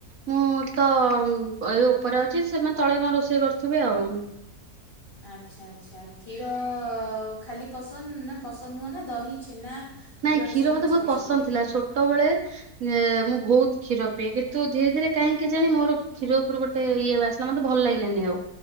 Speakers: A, on the right (about 60°); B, on the left (about 20°).
A: ମୁଁ ତ ଉଁ ଏଇ ଉପରେ ଅଛି ସେମାନେ ତଳେ କଁ ରୋଷେଇ କରୁଥିବେ ଆଉ।
B: ଆଚ୍ଛା ଆଚ୍ଛା କ୍ଷୀର ଖାଲି ପସନ୍ଦ ନା ପସନ୍ଦ ନୁହଁ ନା ଦହି ଛେନା
A: ନାଇଁ
B: ଘିଅ
A: କ୍ଷୀର
B: ଏସବୁ
A: ମତେ
B: କିଛି
A: ଭୋଉତ୍ ପସନ୍ଦ
B: ନୁହଁ
A: ଥିଲା ଛୋଟବଳେ ନେ ମୁଁ ଭୋଉତ୍ କ୍ଷୀର ପିଏ କିନ୍ତୁ ଧୀରେ ଧୀରେ କାହିଁକି କେଜାଣି ମୋର କ୍ଷୀର ଓପୁରୁ ଗୋ ମତେ ଇଏ ବାସିଲା ମତେ ତ ଭଲ୍ ଲାଗିଲାନି ଆଉ।